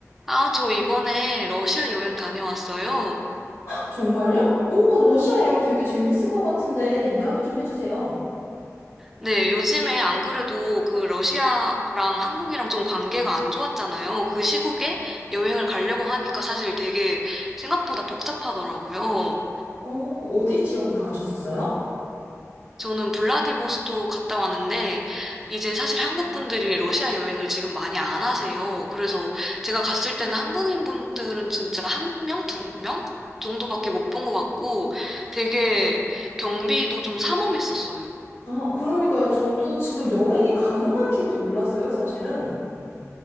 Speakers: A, in the centre; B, on the left (about 75°).
A: 아, 저 이번에 러시아 여행 다녀왔어요.
B: 정말요? 오, 러시아 여행 되게 재밌을 것 같은데 이야기 좀 해주세요.
A: 네, 요즘에 안 그래도 그 러시아랑 한국이랑 좀 관계가 안 좋았잖아요. 그 시국에 여행을 가려고 하니까 사실 되게 생각보다 복잡하더라고요.
B: 어, 어디 지역에 가셨었어요?
A: 저는 블라디보스토크 갔다 왔는데 이제 사실 한국 분들이 러시아 여행을 지금 많이 안 하세요. 그래서 제가 갔을 때는 한국인 분들은 진짜 한 명, 두 명 정도밖에 못 본 것 같고 되게 경비도 좀 삼엄했었어요.
B: 아, 그러니까요. 저도 지금 여행이 가능한 줄도 몰랐어요, 사실은.